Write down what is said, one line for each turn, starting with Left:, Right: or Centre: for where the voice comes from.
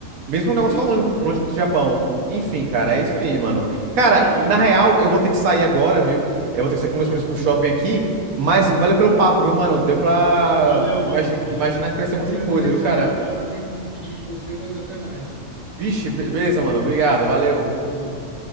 Right: Mesmo um negócio
Left: Isso.
Right: tão longe, longe quanto o Japão. Enfim, cara, é isso aí, mano. Cara,
Left: É isso aí,
Right: na
Left: mano.
Right: real, eu vou ter que sair agora, viu? Eu vou ter que sair com
Left: Tá.
Right: meus filhos pro shopping aqui. Mas valeu pelo papo, viu, mano? Deu pra
Left: Valeu, mano.
Right: imagi-
Left: Valeu.
Right: imaginar que crescer
Left: Eu
Right: um monte
Left: também
Right: de coisa,
Left: vou ter
Right: viu,
Left: que sair
Right: cara?
Left: agora, tenho que me despedir de você, mas até mais, mano.
Right: Vixe, be- beleza, mano. Obrigado, valeu.
Left: Valeu.